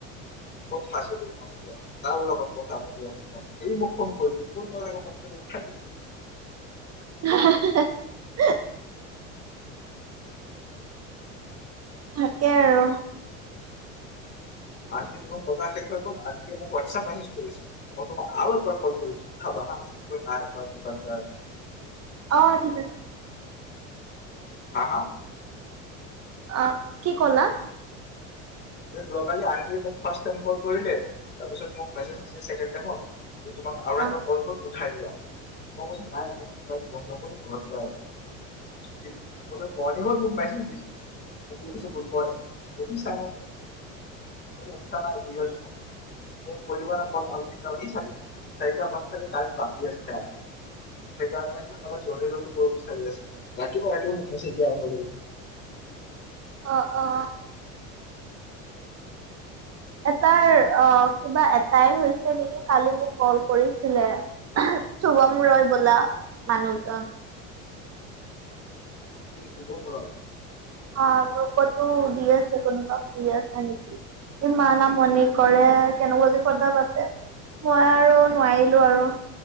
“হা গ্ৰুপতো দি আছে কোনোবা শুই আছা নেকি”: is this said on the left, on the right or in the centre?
Right